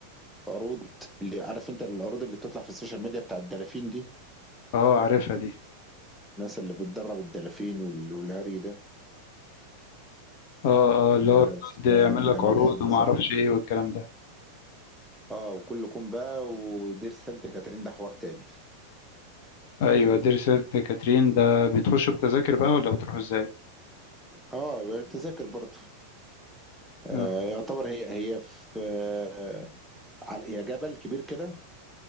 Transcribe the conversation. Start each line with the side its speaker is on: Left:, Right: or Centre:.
Centre: عروض اللي عارف انت العروض اللي بتطلع في السوشيال ميديا بتاع الدلافين دي
Left: اه عارفها دي
Centre: الناس اللي بتدرب الدلافين وال- والهري ده
Left: اه اه اللي
Centre: ده
Left: هو بيقعد
Centre: بيبقى
Left: يعمل لك
Centre: جمدان
Left: عروض
Centre: بصراحة
Left: ومعرفش ايه والكلام ده
Centre: اه وكل كوم بقى ودير سانت كاترين ده حوار تاني
Left: ايوه دير سانت كاترين ده بتخشوا بتذاكر بقى ولا بتروحوا ازاي
Centre: اه تذاكر برضه آه
Left: آه.
Centre: يعتبر هي هي في آه على هي جبل كبير كده